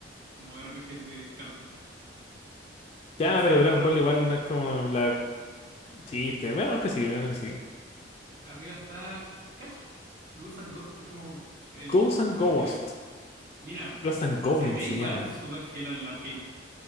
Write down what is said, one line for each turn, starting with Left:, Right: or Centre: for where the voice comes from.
Right: como RPGs de carta.
Left: ya,
Right: Aunque sea
Left: pero
Right: medio
Left: Dragon
Right: raro.
Left: Ball igual no es como la chiste. Veamos lo que sigue, veamos lo que sigue.
Right: Arriba está, ¿cacha? Ghouls and Ghosts es como el
Left: Ghouls and
Right: original.
Left: Ghosts,
Right: Mira,
Left: Ghosts and Goblins
Right: se ve
Left: se
Right: igual
Left: llama.
Right: súper fiel al arcade.